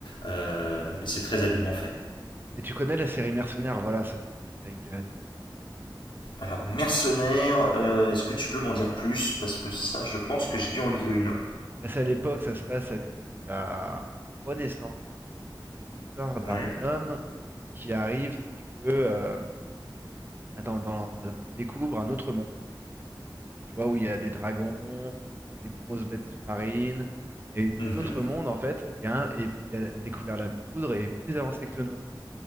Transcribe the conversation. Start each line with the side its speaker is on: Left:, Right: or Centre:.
Left: euh, mais c'est très habilement fait.
Right: Et tu connais la série Mercenaires, voilà, ça c'est une série que j'ai adorée.
Left: Alors, Mercenaire, euh, est-ce que tu peux m'en dire plus Parce que ça, je pense que j'ai dû en lire une.
Right: Bah, C'est à l'époque, ça se passe à l'époque de la Renaissance. Et c'est l'histoire d'un
Left: Ouais.
Right: homme qui arrive, si tu veux. euh, Attends, dans... il découvre un autre monde. tu vois, où il y a des dragons, des grosses bêtes sous-marines. Et
Left: Mhm,
Right: cet autre monde, en fait, est un- est- a a découvert la poudre et est plus avancé que le nôtre,